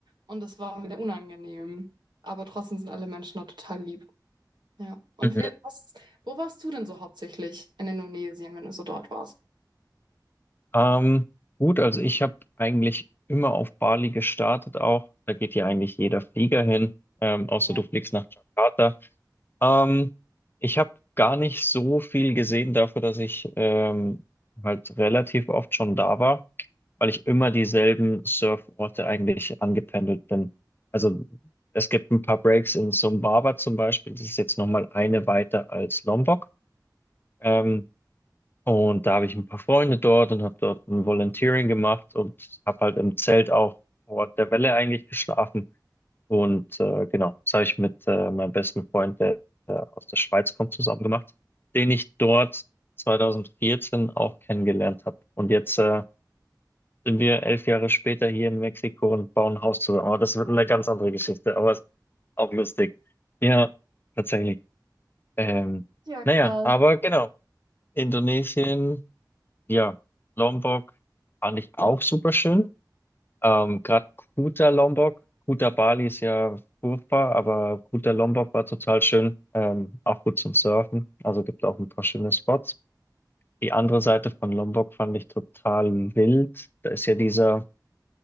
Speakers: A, on the right; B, on the left.
A: und das war mir unangenehm. Aber trotzdem sind alle Menschen da total lieb. Ja. Und
B: Mhm.
A: wir, was, wo warst du denn so hauptsächlich in Indonesien, wenn du so dort warst?
B: Ähm, gut, also ich habe eigentlich immer auf Bali gestartet auch. Da geht ja eigentlich jeder Flieger hin, ähm, außer
A: Ja.
B: du fliegst nach Jakarta. Ähm, ich habe gar nicht so viel gesehen dafür, dass ich ähm, halt relativ oft schon da war, weil ich immer dieselben Surforte eigentlich angependelt bin. Also es gibt ein paar Breaks in Sumbawa zum Beispiel, das ist jetzt nochmal eine weiter als Lombok. Ähm, und da habe ich ein paar Freunde dort und habe dort ein Volunteering gemacht und habe halt im Zelt auch vor Ort der Welle eigentlich geschlafen. Und äh, genau, das habe ich mit äh, meinem besten Freund, der aus der Schweiz kommt, zusammen gemacht, den ich dort 2014 auch kennengelernt habe. Und jetzt äh, sind wir elf Jahre später hier in Mexiko und bauen ein Haus zusammen. Aber das wird eine ganz andere Geschichte, aber ist auch lustig. Ja, tatsächlich. Ähm,
A: Ja, krass.
B: naja, aber genau, Indonesien, ja, Lombok fand ich auch super schön. Ähm, gerade Kuta Lombok, Kuta Bali ist ja furchtbar, aber Kuta Lombok war total schön, ähm, auch gut zum Surfen. Also gibt auch ein paar schöne Spots. Die andere Seite von Lombok fand ich total wild. Da ist ja dieser,